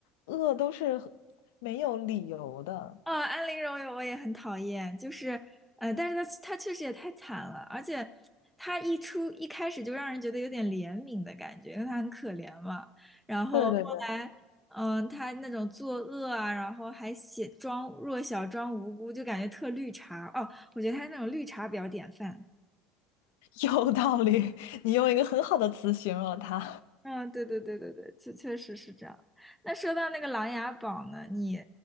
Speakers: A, on the left; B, in the centre.
A: 恶都是很没有理由的。
B: 哦，安陵容我也很讨厌，就是，呃，但是她她确实也太惨了，而且她一出一开始就让人觉得有点怜悯的感觉，因为她很可怜嘛。然后后来，
A: 对对对，
B: 嗯、她那种作恶啊，然后还写装弱小、装无辜，就感觉特绿茶。哦，我觉得她那种绿茶比较典范。
A: <laughs> 有道理，<laughs> 你用一个很好的词形容了她。
B: 嗯，对对对对对，确确实是这样。那说到那个《琅琊榜》呢，你